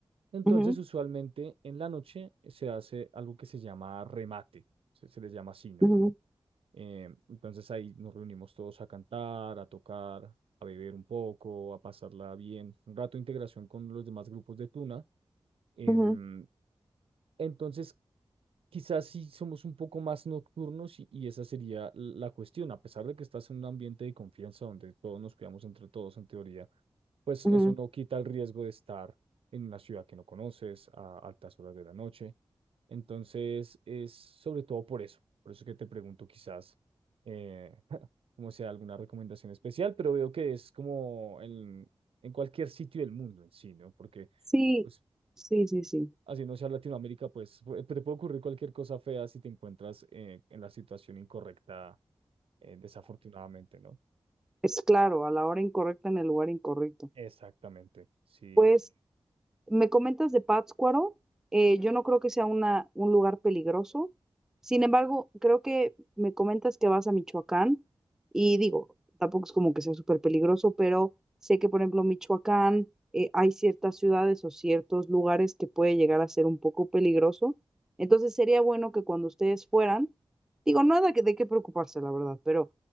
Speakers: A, on the right (about 75°); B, in the centre.
A: Entonces,
B: Ujú,
A: usualmente en la noche se hace algo que se llama remate, se, se les llama así, ¿no?
B: ujú,
A: Como eh, entonces ahí nos reunimos todos a cantar, a tocar, a beber un poco, a pasarla bien. Un rato de integración con los demás grupos de Tuna. Em,
B: ujú,
A: entonces, quizás sí somos un poco más nocturnos y, y esa sería la cuestión, a pesar de que estás en un ambiente de confianza donde todos nos cuidamos entre todos en teoría, pues
B: ujú.
A: eso no quita el riesgo de estar en una ciudad que no conoces a altas horas de la noche. Entonces, es sobre todo por eso, por eso que te pregunto quizás eh, <laughs> como sea alguna recomendación especial, pero veo que es como en, en cualquier sitio del mundo en sí, ¿no? Porque...
B: Sí,
A: Pues
B: sí, sí, sí.
A: así no sea Latinoamérica, pues pu- eh, te puede ocurrir cualquier cosa fea si te encuentras eh, en la situación incorrecta, eh, desafortunadamente, ¿no?
B: Es claro, a la hora incorrecta en el lugar incorrecto.
A: Exactamente, sí,
B: Pues
A: así. es.
B: me comentas de Pátzcuaro, eh, yo no creo que sea una, un lugar peligroso. Sin embargo, creo que me comentas que vas a Michoacán y digo, tampoco es como que sea súper peligroso, pero sé que, por ejemplo, Michoacán, eh, hay ciertas ciudades o ciertos lugares que puede llegar a ser un poco peligroso. Entonces sería bueno que cuando ustedes fueran, digo, nada que, de qué preocuparse, la verdad, pero,